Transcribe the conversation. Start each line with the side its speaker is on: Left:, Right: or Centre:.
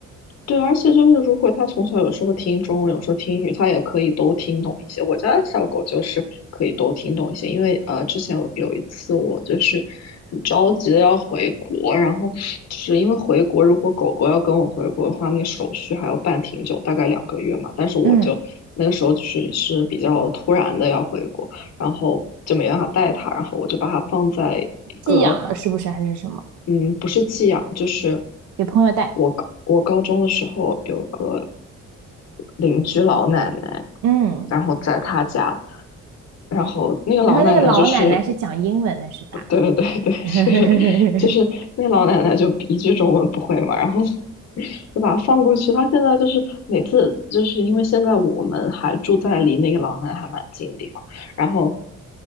Left: 对，而且就是如果它从小有时候听中文，有时候听英语，它也可以都听懂一些。我家小狗就是可以都听懂一些，因为呃，之前有有一次我就是很着急的要回国，然后就是因为回国，如果狗狗要跟我回国的话，那手续还要办挺久，大概两个月嘛。但是我就那个时候就是是比较突然的要回国。
Right: 嗯，
Left: 然后就没办法带它，然后我就把它放在一个，
Right: 寄养了是不是还是什么？
Left: 嗯，不是寄养，就是
Right: 给朋友带。
Left: 我高我高中的时候有个邻居老奶奶，
Right: 嗯，
Left: 然后在她家，然后那个老奶奶就是。
Right: 然后那个老奶奶是讲英文的，是吧？
Left: 对对对，<laughs>
Right: <laughs>
Left: 就是就是那老奶奶就一句中文不会嘛，然后 <laughs> 就把它放过去。她现在就是每次就是因为现在我们还住在离那个老奶奶还蛮近的地方，然后，